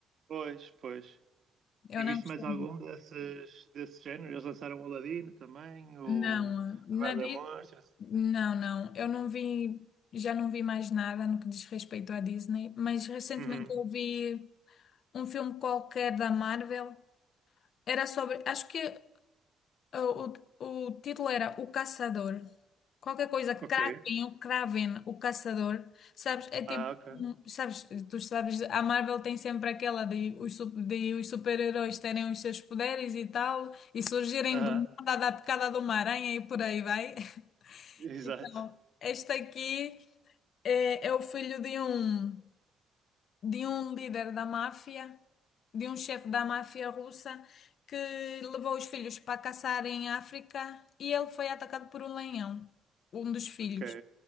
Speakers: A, on the right; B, on the left.
A: Pois, pois.
B: Eu
A: E
B: não
A: viste
B: gostei.
A: mais algum desses, desse género? Eles lançaram o Aladino também, o
B: Não, Nadir,
A: a Bela e a Monstro, não sei o
B: não,
A: quê.
B: não. Eu não vi, já não vi mais nada no que diz respeito à Disney, mas recentemente
A: Uhum.
B: eu vi um filme qualquer da Marvel. Era sobre, acho que uh, o, o título era O Caçador. Qualquer coisa, Kraken,
A: Ok.
B: o Kraven, o Caçador. Sabes, é tipo,
A: Ah, ok.
B: um- sabes, tu sabes, a Marvel tem sempre aquela de os, su- de os super-heróis terem os seus poderes e tal, e surgirem
A: Aham.
B: do nada da picada de uma aranha e por aí vai. <laughs>
A: Exato.
B: Então, este aqui é, é o filho de um de um líder da máfia, de um chefe da máfia russa, que levou os filhos para caçar em África e ele foi atacado por um leão, um dos filhos.
A: Ok.